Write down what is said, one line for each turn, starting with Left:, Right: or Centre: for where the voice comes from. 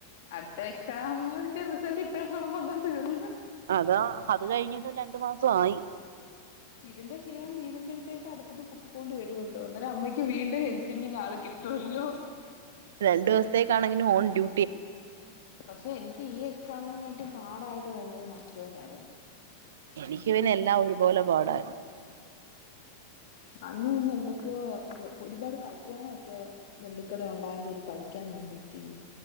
Left: അടുത്ത എക്സാമിന്റെ റിസൾട്ട് ഇപ്പഴാണങ്ങാനും വന്ന തീർന്ന്.
Right: അതാ അത് കഴിഞ്ഞിട്ടും രണ്ട് മാസമായി.
Left: ഇതിന്റെ ക്ഷീണം തീരുമ്പഴത്തേക്ക് അടുത്തത് ബു ക്കുംകൊണ്ട് വരുവല്ലോ. അന്നരം അമ്മയ്ക്ക് വീണ്ടും ഹെൽപിങ്ങിന് ആളളെ കിട്ടുവല്ലോ.
Right: രണ്ടോസത്തെക്കാണെങ്കിലും ഓൺ ഡ്യൂ
Left: പക്ഷെ എനിക്ക് ഈ എക്സാമിനെകാട്ടിം പാടായിട്ട് തോന്നിയത് മറ്റേ കാര്യം
Right: എനിക്ക് പിന്നെ എല്ലാം ഒരുപോലെ പാടായിരുന്നു.
Left: അന്ന് പിന്നെ എന്തൊക്കെയോ ഇത് ഒരുപാട് കല്യാണോക്കെ ബന്ധുക്കടെ ഒണ്ടായൊണ്ട് ഇരിന്ന് പഠിക്കാനൊന്നും പറ്റിയില്ല